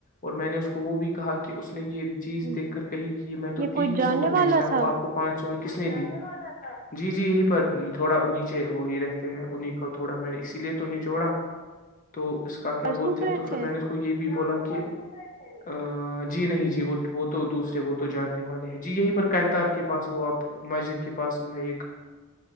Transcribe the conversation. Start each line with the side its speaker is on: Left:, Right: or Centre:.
Left: اور میں نے اس کو وہ بھی کہا کہ اس نے یہ چیز
Right: ہوں
Left: دیکھ کر کہی کہ میں تو
Right: یہ کوئی
Left: تین ہی
Right: جاننے
Left: سو میں
Right: والا
Left: بیچتا
Right: تھا
Left: ہوں آپ کو پانچ سو میں کس نے دی جی جی یہیں پر تھوڑا انی وہی رہتے ہیں انہیں کے تھوڑا میں نے اسی لیے تو نچوڑا تو اس کا کیا
Right: پرسوں
Left: بولتے
Right: گئے
Left: ہیں تو پھر
Right: تھے
Left: میں نے اس کو یہ بھی بولا کہ کہ جی نہیں جی وہ وہ تو دوسرے وہ تو جاننے والے ہیں جی یہی پر کنتار کے پاس وہ آپ مسجد کے پاس ہوا ہے ایک